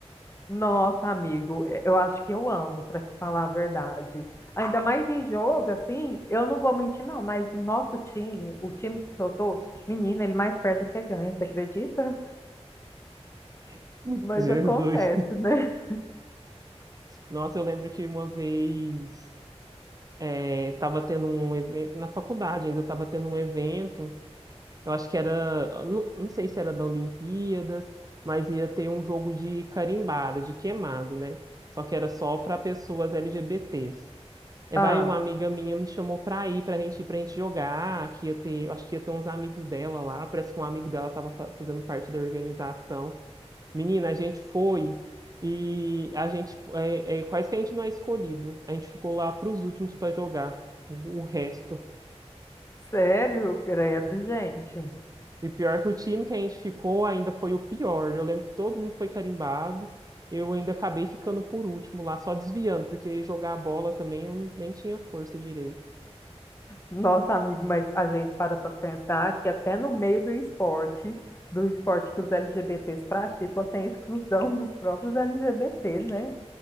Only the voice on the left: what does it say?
Nossa, amigo, eu acho que eu amo, para te falar a verdade. Ainda mais em jogo, assim, eu não vou mentir, não, mas o nosso time, o time que eu tô, menina, ele mais perde do que ganha, você acredita? <laughs>
Mas
acontece, né?
Ah,
sério, credo, gente.
Nossa, amigo, mas a gente para para pensar que até no meio do esporte, do esporte que os LGBTs praticam, tem exclusão dos próprios LGBT, né?